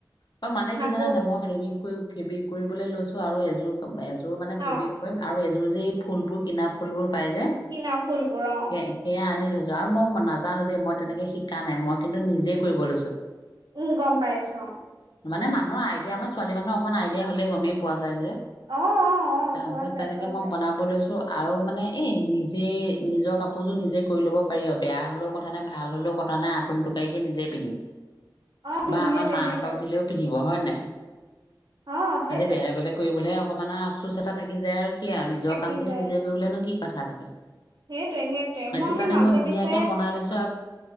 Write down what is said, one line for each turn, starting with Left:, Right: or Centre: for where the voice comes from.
Left: অ মানে কি
Right: আকৌ
Left: জানানে মই ফেব্ৰিক কৰি ফেব্ৰিক কৰিবলৈ লৈছোঁ আৰু এযোৰ ক এযোৰ মানে ফেব্ৰিক
Right: অ
Left: কৰিম আৰু এযোৰ যে এই ফুলবোৰ কিনা ফুলবোৰ পাই যে
Right: কিনা ফুলবোৰ অ'।
Left: সে সেয়া আনি থৈছোঁ আৰু মই নাজানো দেই মই তেনেকে শিকা নাই মই কিন্তু নিজে কৰিব লৈছোঁ।
Right: উম গম পাইছোঁ অ'।
Left: মানে মানুহৰ আইডিয়া, আমাৰ ছোৱী মানুহৰ অকমাণ আইডিয়া হ'লে গমেই পোৱা যায় যে।
Right: অ অ অ
Left: তাৰপিছত
Right: পোৱা যায়
Left: তেনেকে
Right: পোৱা
Left: মই
Right: যায়
Left: বনাব লৈছোঁ। ত' আৰু মানে এই নিজে নিজৰ কাপোৰযোৰ নিজে কৰি ল'ব পাৰি আৰু বেয়া হ'লেও কথা নাই ভাল হ'লেও কথা নাই আতুম টোকাৰিকে নিজে পিন্ধিম
Right: অ
Left: বা
Right: উম
Left: আমাৰ
Right: সেইটোৱে
Left: মাহঁতক
Right: সেইটোৱে
Left: দিলেও পিন্ধিব হয় নাই,
Right: অ সেইটোৱে
Left: আজি বেলেগ বেলেগ কৰিবলৈহে অকমান আৰু আফচোচ এটা থাকি যায় আৰু কি আৰু নিজৰ
Right: থাকি
Left: কাম খিনি
Right: যায়
Left: নিজে কৰিবলেনো কি কথা থাকে।
Right: সেইটোৱে সেইটোৱে
Left: সেইটো
Right: সেই
Left: কাৰণে
Right: মাজতে
Left: মই ধুনীয়াকে
Right: পিছে
Left: বনাই লৈছোঁ আৰু